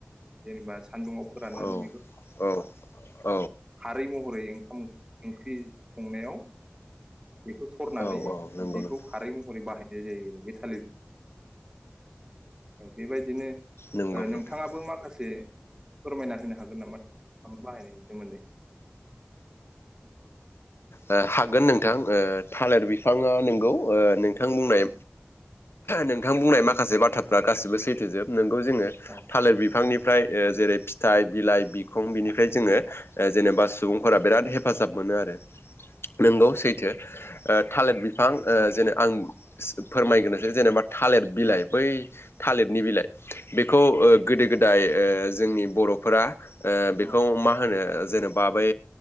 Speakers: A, on the right (about 20°); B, on the left (about 85°).
A: जेनेबा सान्दुंङआव फोरानानै
B: औ
A: बेखौ
B: औ औ
A: <unintelligible> खारै महरै ओंखाम ओंख्रि संनायाव बेखौ सरनानै
B: औ औ नंगौ
A: बिदैखौ
B: नोंथां
A: खारै महरै बाहायनाय जायो आरो बे थालिरखौ बेबायदिनो
B: नंगौ
A: ओ नोंथाङाबो
B: नोंथां नंगौ
A: माखासे फोरमायना होनो हागोन नामा नोंथाङा बो बाहायनायनि सोमोन्दै
B: ओ हागोन नोंथां ओ थालिर बि बिफाङा नोंगौ ओ नोंथां बुंनाय
A: औ
B: नोंथां बुंनाय मा माखासे बाथ्राफ्रा गासिबो सैथो जोब नोंगौ जोङो
A: औ
B: थालिर बिफांनि फ्राय ओ जेरै फिथाइ बिलाइ बिखं बिनिफ्राय जोङो ओ जेनेबा सुबुंफोरा बिराद हेफाजाब मो मोनो आरो नोंगौ सैथो ओ थालिर बिफां ओ
A: औ
B: जेने आं फोरमायगोरनोसै जेनेबा थालिर बिलाइ बै थालिरनि बिलाइ बेखौ ओ गोदो गोदाय ओ जोंनि बर'फोरा ओ बेखौ
A: औ
B: मा होनो जेनेबा बै